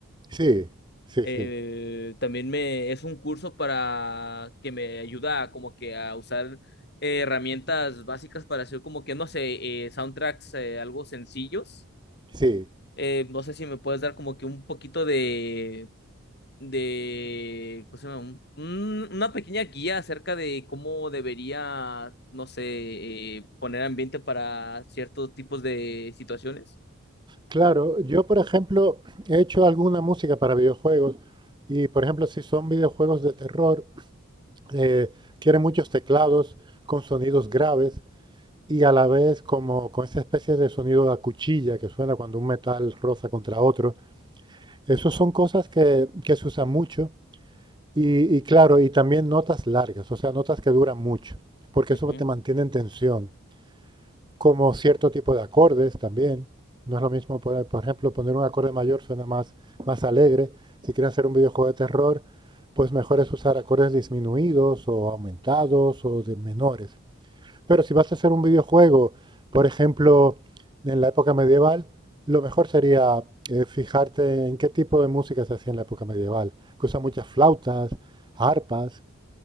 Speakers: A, on the right; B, on the left.
A: Sí, sí,
B: Eh,
A: sí,
B: también me es un curso para que me ayuda como que a usar eh, herramientas básicas para hacer como que no sé, eh, soundtracks eh, algo sencillos.
A: sí.
B: Eh, no sé si me puedes dar como que un poquito de de ¿cómo se llama? Un- un- una pequeña guía acerca de cómo debería, no sé, eh, poner ambiente para ciertos tipos de situaciones.
A: Claro, yo por ejemplo he hecho alguna música para videojuegos y por ejemplo si son videojuegos de terror, eh, quieren muchos teclados con sonidos graves y a la vez como con esa especie de sonido de cuchilla que suena cuando un metal roza contra otro. Esas son cosas que, que se usan mucho y, y claro, y también notas largas, o sea, notas que duran mucho, porque
B: Ujú.
A: eso te mantiene en tensión como cierto tipo de acordes también. No es lo mismo, poner, por ejemplo, poner un acorde mayor suena más, más alegre. Si quieres hacer un videojuego de terror, pues mejor es usar acordes disminuidos o aumentados o de menores. Pero si vas a hacer un videojuego, por ejemplo, en la época medieval, lo mejor sería eh, fijarte en qué tipo de música se hacía en la época medieval, que usa muchas flautas, arpas,